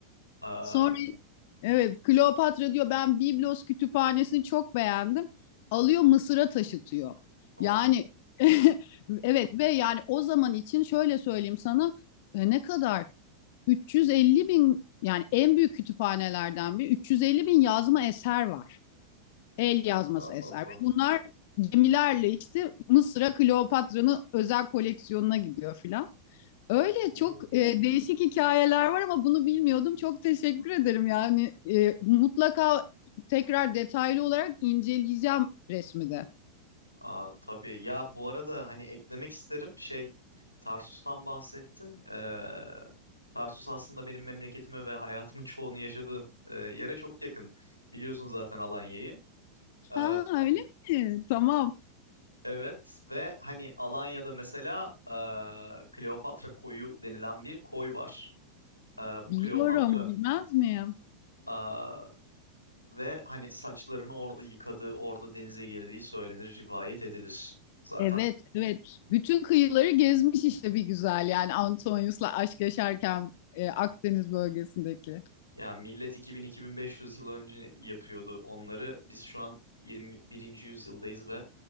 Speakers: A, on the left; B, on the left.
A: Aa,
B: Sonra evet Kleopatra diyor ben Biblos kütüphanesini çok beğendim. Alıyor Mısır'a taşıtıyor.
A: oha
B: Yani <laughs> evet ve yani o zaman için şöyle söyleyeyim sana e, ne kadar 350 bin yani en büyük kütüphanelerden bir 350 bin yazma eser var. El yazması
A: ne kadar
B: eser.
A: fazla.
B: Ve bunlar gemilerle işte Mısır'a Kleopatra'nın özel koleksiyonuna gidiyor filan. Öyle
A: Oo.
B: çok e, değişik hikayeler var ama bunu bilmiyordum. Çok teşekkür ederim. Yani e, mutlaka tekrar detaylı olarak inceleyeceğim resmi de.
A: Aa, tabii ya bu arada hani eklemek isterim şey Tarsus'tan bahsettin. Ee, Tarsus aslında benim memleketime ve hayatımın <laughs> çoğunu yaşadığım e, yere çok yakın. Biliyorsun zaten Alanya'yı. Ee,
B: Ha öyle mi? Tamam.
A: evet ve hani Alanya'da mesela e, Kleopatra Koyu denilen bir koy var. Ee, bu
B: Biliyorum,
A: Kleopatra
B: bilmez miyim?
A: aa, ve hani saçlarını orada yıkadığı, orada denize girdiği söylenir, rivayet edilir. Zaten
B: Evet, evet. Bütün kıyıları gezmiş işte bir güzel yani Antonius'la aşk yaşarken e, Akdeniz bölgesindeki.
A: Ya millet 2000-2500 yıl önce yapıyordu onları. Biz şu an 21. yüzyıldayız ve